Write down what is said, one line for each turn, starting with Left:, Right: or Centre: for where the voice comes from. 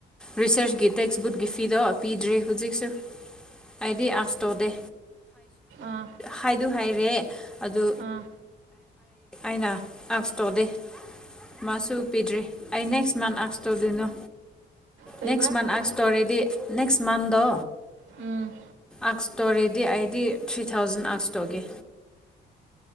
Centre: ꯔꯤꯁꯔꯁꯀꯤ ꯇꯦꯛꯁꯕꯨꯛꯀꯤ ꯐꯤꯗꯣ ꯄꯤꯗ꯭ꯔꯦ ꯍꯧꯖꯤꯛꯁꯨ ꯑꯩꯗꯤ ꯑꯁꯇꯣꯗꯦ
Right: ꯑꯥ
Centre: ꯍꯥꯏꯗꯨ ꯍꯥꯏꯔꯦ ꯑꯗꯨ
Right: ꯑꯥ
Centre: ꯑꯅꯥ ꯑꯁꯇꯣ ꯗꯦ ꯃꯥꯁꯨ ꯎ ꯄꯤꯗ꯭ꯔꯤ ꯑꯩ ꯅꯦꯛꯁ ꯃꯥꯟ ꯑꯁ ꯇꯧꯗꯣꯏꯅꯣ
Right: ꯀꯩꯕꯥ
Centre: ꯅꯦꯛꯁ ꯃꯥꯟꯊ ꯑ ꯏꯁꯇꯣꯔꯤꯦꯗꯤ ꯅꯦꯛꯁ ꯃꯥꯟꯊ ꯗ
Right: ꯎꯝ
Centre: ꯑꯛꯁꯇꯣꯔꯤꯦꯗꯤ ꯑꯩꯗꯤ ꯊ꯭ꯔꯤ ꯊꯥꯎꯖꯟ ꯑꯛꯁꯇꯣꯒꯤ